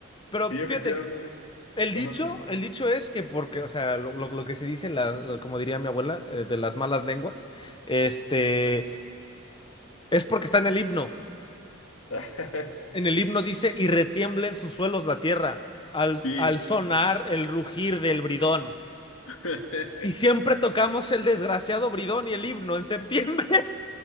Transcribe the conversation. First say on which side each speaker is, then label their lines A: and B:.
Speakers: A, on the left; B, on the left.
A: Pero
B: Sí, efectivamente.
A: fíjate, el
B: Ajá.
A: dicho, el dicho es que porque, o sea, lo, lo- lo que se dice, la- lo- como diría mi abuela, eh, de las malas lenguas, este,
B: Ah,
A: es porque está en el himno.
B: ah, <laughs>
A: En el himno dice, y retiembla en sus suelos la tierra, al,
B: Sí.
A: al sonar el rugir del bridón.
B: <laughs>
A: Y siempre tocamos el desgraciado bridón y el himno en septiembre. <laughs>